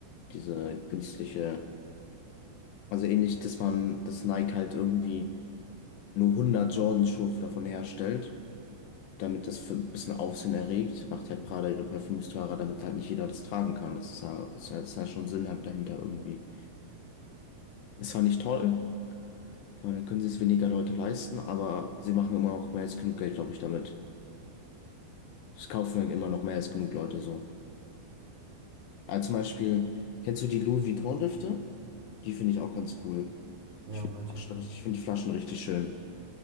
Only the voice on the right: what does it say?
Ja,
manche.
können-